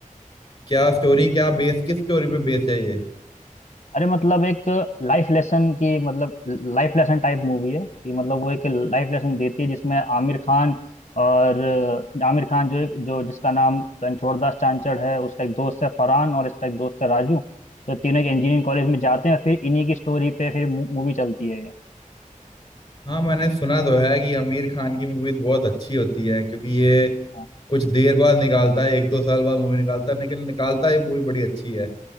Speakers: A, on the left (about 30°); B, on the left (about 55°).
A: क्या स्टोरी क्या बेस किस स्टोरी पे बेस्ड है ये
B: अरे मतलब एक लाइफ लेसन की मतलब लाइफ लेसन टाइप मूवी है कि मतलब वो एक लाइफ लेसन देती है जिसमें आमिर खान और आमिर खान जो एक जो जिसका नाम रणछोड़ दास चांचड़ है उसका एक दोस्त है फरहान और इसका एक दोस्त है राजू तो तीनों एक इंजीनियरिंग कॉलेज में जाते हैं फिर इन्हीं की स्टोरी पे फिर मूवी चलती है ये।
A: हाँ मैंने सुना तो है कि आमिर खान की मूवीज बहुत अच्छी होती है क्योंकि ये
B: हाँ।
A: कुछ देर बाद निकालता है एक दो साल बाद मूवी निकालता है लेकिन निकालता है ये मूवी बड़ी अच्छी है